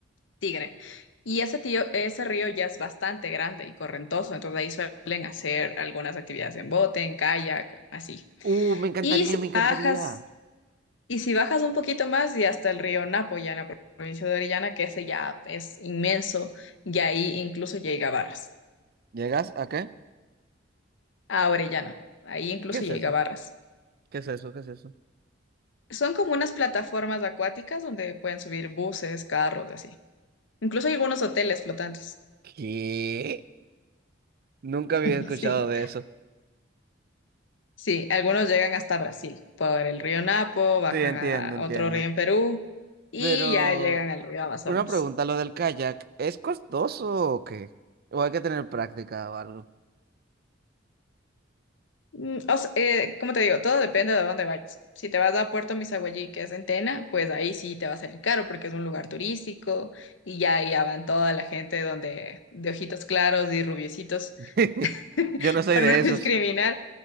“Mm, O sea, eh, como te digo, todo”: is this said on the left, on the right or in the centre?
Left